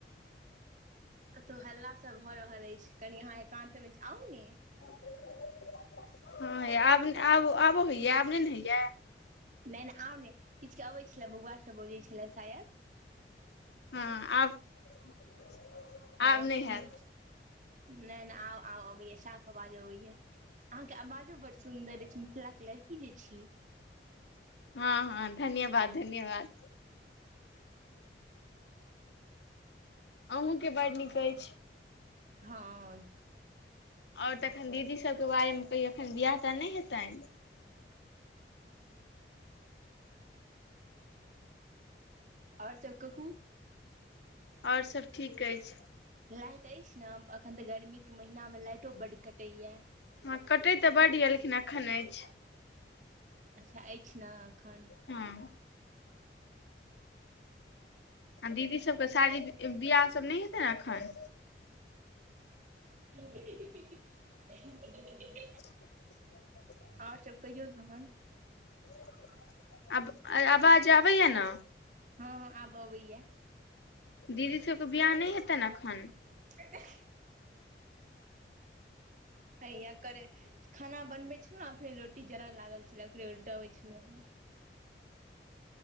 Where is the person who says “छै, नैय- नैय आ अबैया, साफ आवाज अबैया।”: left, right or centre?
Right